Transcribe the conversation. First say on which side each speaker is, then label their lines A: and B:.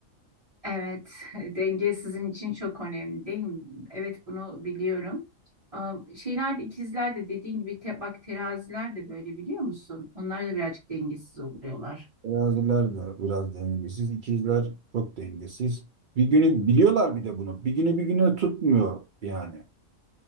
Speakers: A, on the right (about 30°); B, on the right (about 70°).
A: Evet, <laughs> denge sizin için çok önemli değil mi? Evet, bunu biliyorum. Am, Şeyler de ikizler de dediğin gibi te, bak teraziler de böyle biliyor musun? Onlar da birazcık dengesiz oluyorlar.
B: Teraziler de biraz dengesiz. İkizler çok dengesiz. Bir günü biliyorlar bir de bunu. Bir günü bir günü tutmuyor yani.